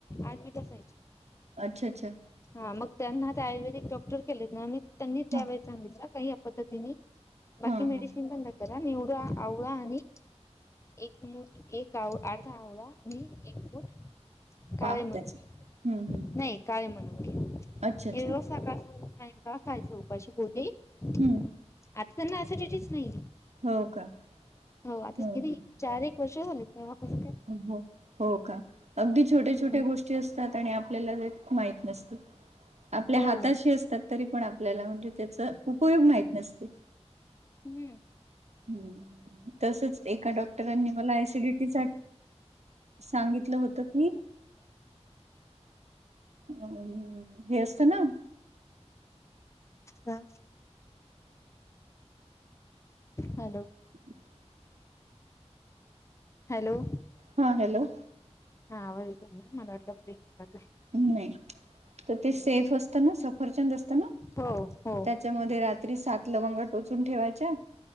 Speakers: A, on the left; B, on the right.
A: ऍडमिट असयची.
B: अच्छा अच्छा
A: हा मग त्यांना ते आयुर्वेदिक डॉक्टर केलेत ना आमी त्यांनी त्या
B: हा
A: वळेस सांगितलं काही पद्धतीने बाकी
B: हा
A: मेडिसिन
B: हा
A: बंद करा नि एवड आवळा आणि एक मुठ एक आव अर्धा आवळा आणि एक मुठ काळे
B: पाक
A: मनुके
B: त्याचा हम्म
A: नाय,
B: हम्म
A: काळे मनुके
B: अच्छा अच्छा
A: हे रोज सकाळ संध्याकाळ खायच उपाशीपोटी आता
B: हम्म
A: त्यांना सिडिटीच नाहीे
B: हो का
A: हो
B: हम्म
A: आता किती
B: हम्म
A: चार एक वर्ष झाले तेव्हा पासून.
B: हो हो का अगदी छोट्या
A: हम्म.
B: छोट्या गोष्टी असतात, आणि आपल्याला ते माहित नसत आपल्या
A: हो.
B: हाताशी असतात. तरी पण आपल्याला म्हणजे त्याच उपयोग माहत नसते.
A: हम्म.
B: ह् तसच एका डॉक् क्टरांनी मला सिडिटी सांगितलं होत की, अम हे असत ना
A: ह हॅलो
B: ह <unintelligible>
A: हॅलो
B: हा हॅलो
A: हा आवाज येतो ना मला वाटला ब्रेक झाला काय.
B: नाही तर ते सेफ असत ना सफरचंद असत ना
A: हो हो
B: त्याच्यामध्ये रात्री सात लवंग टोचून ठेवायच्या